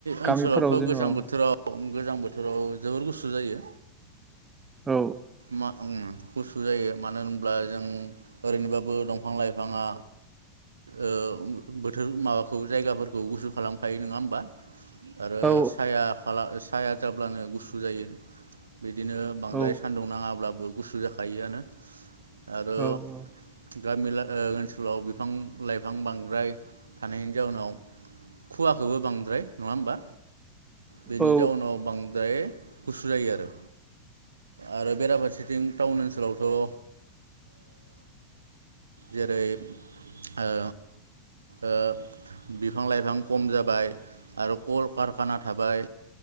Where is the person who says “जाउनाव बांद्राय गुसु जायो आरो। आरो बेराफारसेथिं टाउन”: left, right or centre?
Right